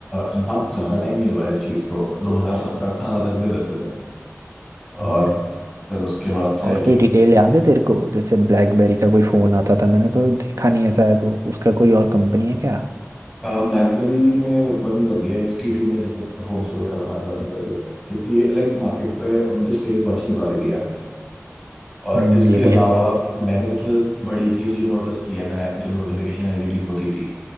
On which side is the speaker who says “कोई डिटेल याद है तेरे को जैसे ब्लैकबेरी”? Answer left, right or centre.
Right